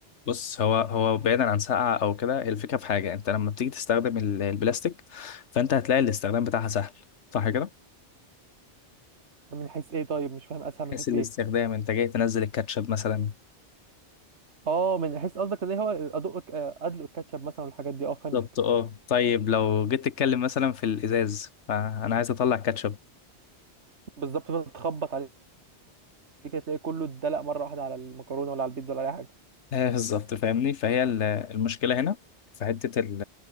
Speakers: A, on the left; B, on the right.
A: بص هو هو بعيدا عن ساقعة او كده الفكرة في حاجة انت لما بتيجي تستخدم ال- البلاستيك فانت هتلاقي الاستخدام بتاعها سهل صح كده؟
B: من حيث ايه طيب مش فاهم اسهل
A: حيث
B: من حيث
A: الاستخدام
B: ايه
A: انت جاي تنزل الكاتشب مثلا
B: اه من حيث قصدك اللي هو ادق آه، ادلق الكاتشب مثلا والحاجات دي اه فهمتك
A: بالظبط اه طيب لو جيت تتكلم مثلا في الازاز فانا عايز اطلع كاتشب
B: بالظبط فضلت تخبط عليه كده تلاقي كله اتدلق مره واحده على المكرونه ولا على البيتزا ولا اي حاجه
A: آه بالظبط فاهمني فهي ال- المشكله هنا في حته ال